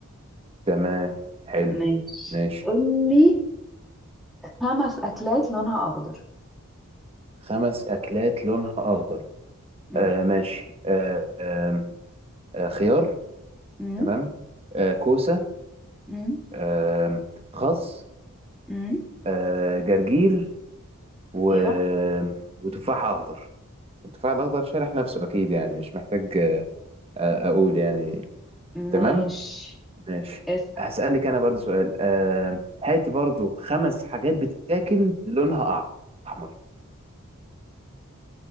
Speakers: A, on the right (about 25°); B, in the centre.
A: تمام حلو
B: ماشي
A: ماشي
B: قولي خمس أكلات لونها أخضر
A: خمس أكلات لونها أخضر
B: مم،
A: آه ماشي آه آه آه خيار
B: مم،
A: تمام آه كوسة
B: مم،
A: آه خس
B: مم.
A: آه جرجير و...
B: أيوة
A: وتفاح أخضر التفاح الأخضر شارح نفسه أكيد يعني مش محتاج آه آه، أقول يعني
B: ماشي
A: تمام ماشي
B: اسأل
A: هسألك أنا برضو سؤال آه هاتي برضو خمس حاجات بتتاكل لونها أحمر